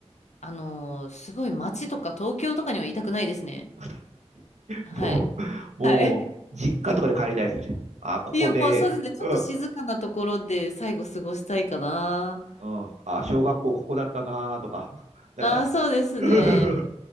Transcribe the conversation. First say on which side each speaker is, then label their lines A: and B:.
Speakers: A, on the left; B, on the right.
A: あのーすごい街とか東京とかにはいたくないですね。
B: <laughs> も
A: はい。
B: う、
A: <laughs>
B: もう実家とかで帰りたいですね。
A: はい。<laughs>
B: あここで、
A: いや、もうそうですね。ちょっと静かなところで最後過ごしたいかな。
B: うん、うん、あ、小学校ここだったなとか、<laughs> なんか
A: ああ、そうですね。
B: <laughs>